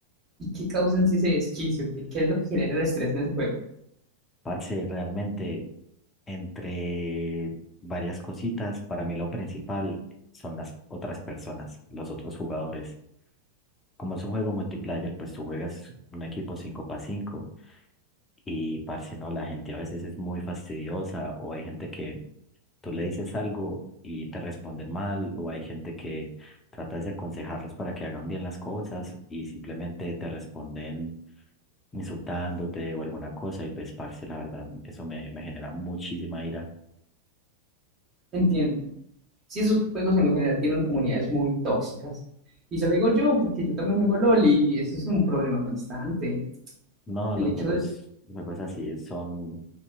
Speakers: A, on the right; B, on the left.
A: ¿Y qué causan si ese desquicio? ¿Qué, qué es lo que genera el estrés en ese juego?
B: Parce, realmente entre varias cositas. Para mí lo principal son las otras personas, los otros jugadores. Como es un juego multiplayer, pues tú juegas un equipo 5 para 5 y, parce, no, la gente a veces es muy fastidiosa o hay gente que tú le dices algo y te responden mal o hay gente que tratas de aconsejarlos para que hagan bien las cosas y simplemente te responden insultándote o alguna cosa y pues, parce, la verdad, eso me, me genera muchísima ira
A: Entiendo. Si esos juegos en lo general tienen comunidades muy tóxicas. Y se lo digo yo porque yo también juego LOL y eso es un problema constante.
B: No,
A: El
B: los
A: hecho
B: juegos,
A: de,
B: los juegos así son